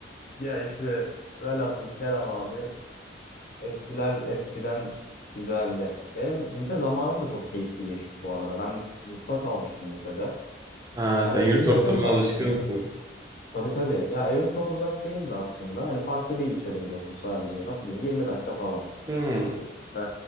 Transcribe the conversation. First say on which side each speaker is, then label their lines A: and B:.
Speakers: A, on the left; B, on the right.
A: ya işte Velhasıl kelam abi Eskiler eskiden güzeldi. Benim lise zamanım da çok keyifli geçti bu arada. Ben yurtta kalmıştım lisede.
B: Ha,
A: Hani
B: sen
A: evim
B: yurt ortamına
A: yakındı
B: alışkınsın.
A: aslında. Tabii tabii. Ya evim çok uzak değildi aslında. Hani farklı bir ilçedeydi okul sadece. Nasıl diyeyim? 20 dakika falan.
B: Hmm.
A: Ee,